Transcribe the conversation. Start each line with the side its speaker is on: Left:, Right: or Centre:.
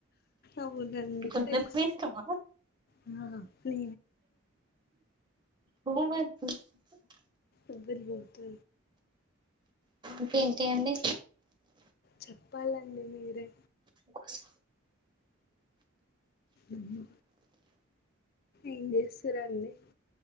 Left: అవునండి
Right: కొంచెం
Left: ఎక్స్
Right: మీ ఇష్టమా
Left: ఆ న్లీ
Right: <unintelligible>
Left: ఉబ్బిర్లు కొడుతూ
Right: ఇకేంటి అండి
Left: చెప్పాలండి మీరే
Right: కోసు
Left: ఊహు ఏం చేసురండి?